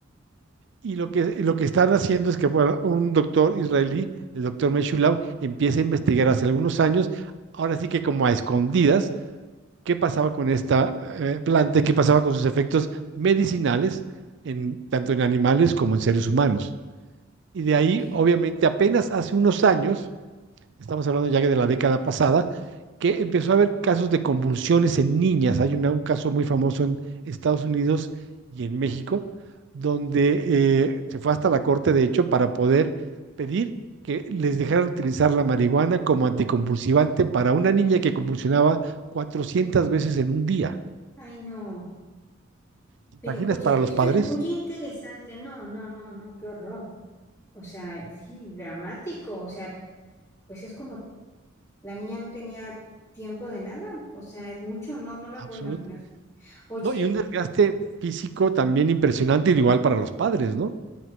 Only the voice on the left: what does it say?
ok.
Ay, no.
Pero oye,
esto
es muy interesante. No, no, no, no, qué horror. O sea, sí, dramático. O sea, pues es como la niña no tenía tiempo de nada. O sea, es mucho. No, no me
puedo imaginar. Oye.